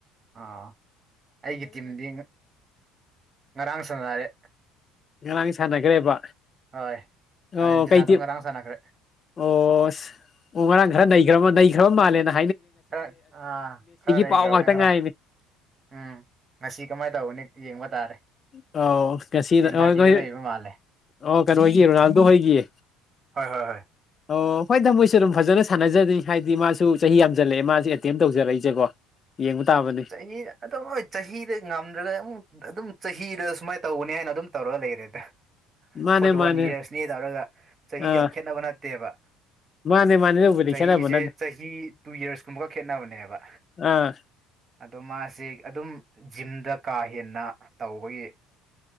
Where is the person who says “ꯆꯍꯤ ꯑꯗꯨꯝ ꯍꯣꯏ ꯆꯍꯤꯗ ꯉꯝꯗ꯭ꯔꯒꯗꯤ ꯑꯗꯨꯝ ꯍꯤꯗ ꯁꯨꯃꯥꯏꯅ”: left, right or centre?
Right